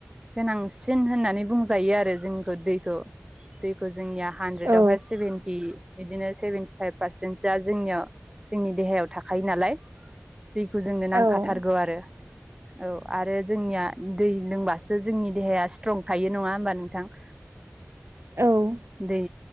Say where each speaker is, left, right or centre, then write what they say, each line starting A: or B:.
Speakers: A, on the right; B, on the right.
A: गोनां सिन होननानै बुंजायो आरो जोंखौ दैखौ दैखौ जोंनिया हानद्रेदावहाय
B: औ
A: सेभेनटि बिदिनो सेभेन्टिफाइभ पारसेन्टसोआ जोंनियाव जोंनि देहायाव थाखायो नालाय दैखौ जोंनो नांखाथारगौ
B: औ
A: आरो औ आरो जोंनिया दै लोंबासो जोंनि देहाया स्ट्रं थायो नङा होमबा नोंथां?
B: औ
A: दै